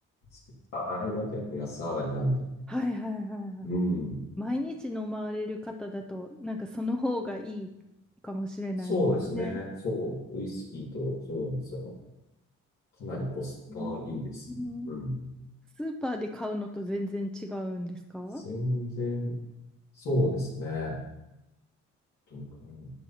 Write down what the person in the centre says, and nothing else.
おはいはいはいはい。
毎日飲まれる方だと、なんかその方がいいかもしれないですよね。
うんうん
スーパーで買うのと全然違うんですか